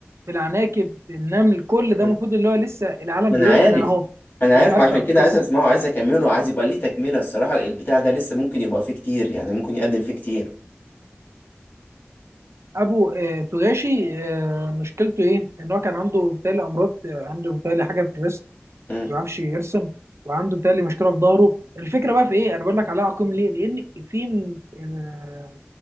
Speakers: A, on the right; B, on the left.
A: بالعناكب بالنمل كل ده
B: ما...
A: المفروض اللي هو لسه العالم
B: ما
A: بيقول
B: انا عارف
A: انا اهو
B: انا عارف
A: هبدأ
B: ما عشان
A: القصه
B: كده عايز اسمعه عايز اكمله عايز يبقى ليه تكمله الصراحه البتاع ده لسه ممكن يبقى فيه كتير يعني ممكن يقدم فيه كتير
A: ابو آه توغاشي آه مشكلته ايه ان هو كان عنده بتالي امراض آه، عنده بتالي حاجه في الريست
B: امم
A: ما بيعرفش يرسم وعنده بتالي مشكله في ظهره الفكره بقى في ايه انا بقول لك عليها عقيم ليه لان في م- آه،